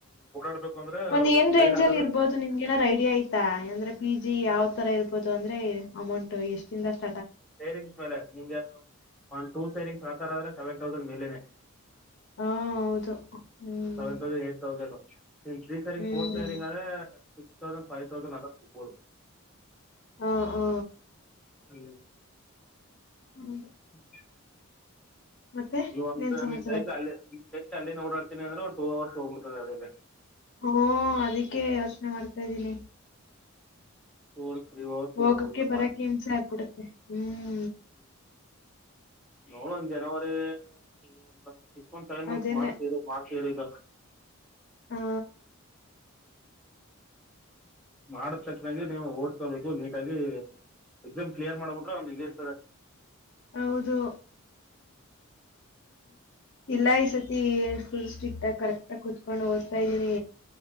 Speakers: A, in the centre; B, on the left.
A: ಓಡಾಡ್ಬೇಕು. ಅಂದ್ರೆ
B: ಒಂದ್ ಏನ್ ರೇಂಜ್
A: ಡೈಲಿ ಅದರ
B: ಅಲ್ಲಿ ಇರ್ಬೋದು ನಿಮ್ಗೆ ನಾದ್ ಐಡಿಯಾ ಐತಾ. ಅಂದ್ರೆ ಪಿ ಜಿ ಯಾವ ತರ ಇರಬೋದು ಅಂದ್ರೆ ಅಮೌಂಟ್ ಎಷ್ಟಿಂದಷ್ಟು,
A: ಸೇರಿಂಗ್ಸ್ ಮೇಲೆ ನಿಂಗೆ ಒನ್ ಟು ಸೇರಿಂಗ್ಸ್ ಆತರ ಆದ್ರೆ ಸೆವೆನ್ ತೌಸಂಡ್ ಮೇಲೇನೆ.
B: ಹಾ ಹೌದು. ಹ್ಮ್
A: ಸೆವೆನ್ ತೌಸಂಡ್ ಏಟ್ ತೌಸಂಡ್ ನಿ ತ್ರೀ ಸೇರಿಂಗ್
B: ಹ್ಮ್
A: ಫೋರ್ ಸೇರಿಂಗ್ ಆದ್ರೆ, ಸಿಕ್ಸ್ ತೌಸಂಡ್ ಫೈವ್ ತೌಸಂಡ್ <unintelligible>
B: ಹಾ, ಹಾ
A: ಹ್ಮ್.
B: ಹ್ಮ್.
A: <inaudible>
B: ಮತ್ತೆ
A: ನೀ ಒಂದ
B: ಇನ್ನೇನ್ ಸಮಾಚಾರ?
A: ನೀನ್ ಡೈಲಿ ಅಲ್ಲಿ ನೀನ್ ಡೈಲಿ ಅಲ್ಲಿ ಓಡಾಡ್ತೀನಿ ಅಂದ್ರೆಂದು ಟೂ ಅವರ್ಸ್ ಹೋಗ್ಬಿಡ್ತದೆ ಅದೇನೆ.
B: ಹ್ಮ ಅದಕ್ಕೆ ಯೋಚನೆ ಮಾಡ್ತಾ ಇದ್ದೀನಿ.
A: <inaudible>
B: ಹೋಗಕ್ಕೆೆ
A: ಹೋಗ್ಬಿಡ್ತು
B: ಬರಕ್ಕೆ ಹಿಂಸೆ ಆಗ್ಬಿಡತ್ತೆ. ಹ್ಮ್,
A: ಹ್ಮ್ ನೋಡೋಣ ಜನವರಿ <unintelligible> ಸಿಕ್ಸ್ ಮಂತ್ ಸೆವೆನ್ ಮಂತ್ಸ್
B: ಅದೇನೆ
A: ಮಾರ್ಚ್ಸ್ ಇ ಮಾರ್ಚ್ <unintelligible>
B: ಹಾ
A: ಮಾಡದ ತಕ್ಷಾಗ ನೀವು ಓಡ್ಕೋಬೇಕು ನೀಟಾಗಿ ಎಕ್ಸಾಮ್ ಕ್ಲಿಯರ್ ಮಾಡ್ಬಿಟ್ರೆ ಒಗ ಇರ್ತಾರೆ
B: ಹೌದು ಇಲ್ಲ ಈ ಸತಿ ಏಕುಲ್ ಸ್ಟ್ರಿಕ್ಟ್ ಆಗ ಕರೆಕ್ಟ್ ಆಾಗಿ ಕುೂತ್ಕೊಂಡು ಓದ್ತಾ ಇದ್ದೀನಿ